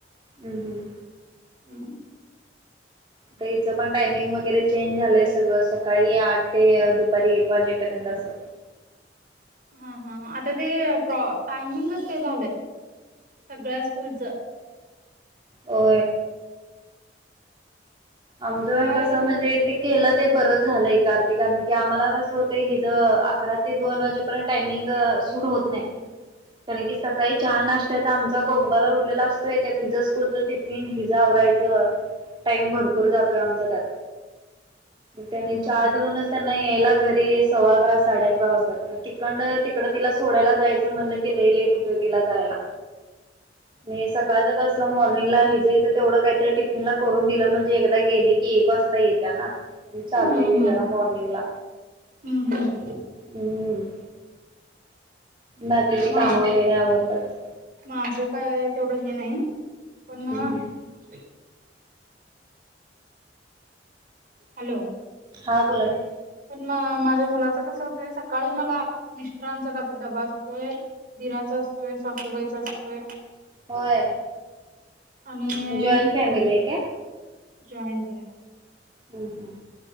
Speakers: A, on the right; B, on the right.
A: हम् हम्म
B: हम्म
A: तर इचं पण टायमिंग वगैरे चेंज झालंय सगळं सकाळी आठ ते दुप तरी एक वाजक दसो
B: हा हा आता ते प्रॉ टायमिंगच ते झालंय सगळ्या स्कूलच
A: हो आमचं
B: काय
A: कसं म्हणजे ते केलं ते बरंच झालं एक आरती कारण की आम्हाला कसंतंय हि ज अकरा ते दोन वाजे प्र टायमिंग.. सूट होत नाही कारण, की सकाळी च्या नाष्टाचा आमचा गोमगाला उडलेला असतोय त्यात हिजं स्कूलच टिफिन हिजं आवरायचं टाईम भरपूर
B: हम्म
A: भरपूर जातोय आमचा त्यात त्यांनी
B: हम्म
A: चहा
B: हम्म
A: देऊनच त्यांना यायला घरी सव्वा अकरा साडे अकरा वाजतात मग तिकड- तिकडं तिला सोडायला जायचं म्हणलं कलंही लेट होतोय तिला जायला मी सकाळचं
B: हम्म
A: कसं मॉर्निंगला हिच -हिच तेवढं काहीतरी टिफिनला करून दिलं म्हणजे आता गेली की एक वाजता येत्या ना चालता
B: हम्म
A: येतय जरा मॉर्निंगला
B: हम्म हम्म.
A: हम्म बाकीची काम
B: म
A: वगैरे आवरतात <inaudible>
B: माझं काय तेवढं हे नाही पण <inaudible>
A: हम्म
B: हॅलो
A: हा बोला की
B: म माझ्या मुलाच कस होतय सकाळी मला मिस्टरांचा डबा असतोय दिराचा असतोय, सासूबाईंचा असतोय
A: होय
B: आणि
A: जॉईंट फॅमिली
B: मुल
A: आहे काय
B: जॉइंट आहे
A: हम् हम